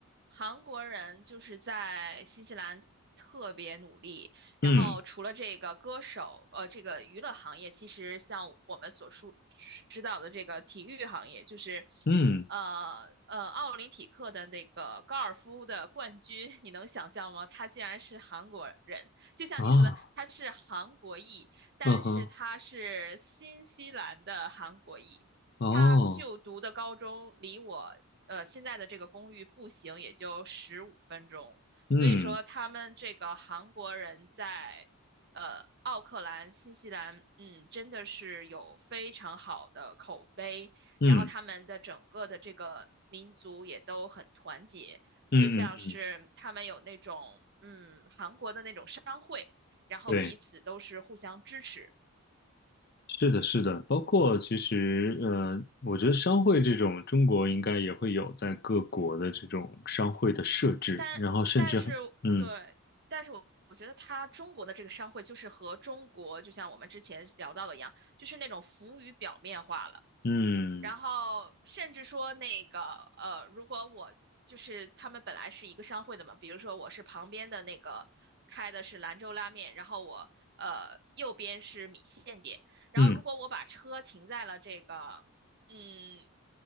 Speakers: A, on the right; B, on the left.
A: 韩国人就是在新西兰特别努力。然后除了这个歌手，
B: 嗯
A: 呃，这个娱乐行业，其实像我们所熟知道的这个体育行业，就是，
B: 嗯
A: 呃呃，奥林匹克的那个高尔夫的冠军，<laughs> 你能想象吗？他竟然是韩国人，就像你说的，
B: 啊，
A: 他是韩国裔，但是他是新西兰的韩国裔。
B: 嗯哼。哦，
A: 他就读的高中离我呃现在的这个公寓步行也就十五分钟，
B: 嗯
A: 所以说他们这个韩国人在呃奥克兰、新西兰，嗯，真的是有非常好的口碑，
B: 嗯
A: 然后他们的整个的这个民族也都很团结，
B: 嗯嗯嗯，
A: 就像是他们有那种嗯韩国的那种商会，然后彼此都是互相支持。
B: 对，是的，是的，包括其实，呃，我觉得商会这种，中国应该也会有在各国的这种商会的设置，
A: 但但是对，
B: 然后甚至嗯
A: 但是我我觉得他中国的这个商会就是和中国，就像我们之前聊到的一样，就是那种浮于表面化了。
B: 嗯
A: 然后甚至说那个呃，如果我就是他们本来是一个商会的嘛，比如说我是旁边的那个开的是兰州拉面，然后我呃右边是米线店，然后如果我把车停在了这个嗯
B: 嗯